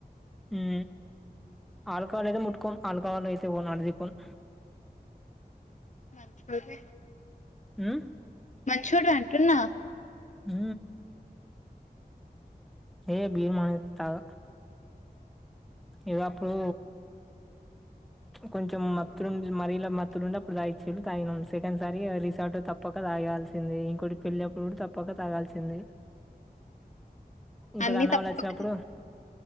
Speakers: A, in the centre; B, on the left.
A: ఉ ఆల్కహాల్ అయితే ముట్టుకోం ఆల్కాహల్ అయితే పోన్ అన్నది పొన్
B: చచ్చిపోతే
A: హు
B: మంచోడు అంటున్నా
A: హు ఏయ్ బీర్ మణ తగా ఇగ అప్పుడు కొంచెం మత్తు మరిల మత్తులుండి అప్పుడు తాగిచిల్లు తగినం సెకండ్ సారి రిసార్ట్ తప్పకా తాగాల్సిందే ఇంకోటి పెళ్లప్పుడు కూడా తప్పక తాగాల్సిందే ఇంకో
B: అన్ని
A: అన్నవాళ్ళు
B: తప్ప
A: వచ్చినప్పుడు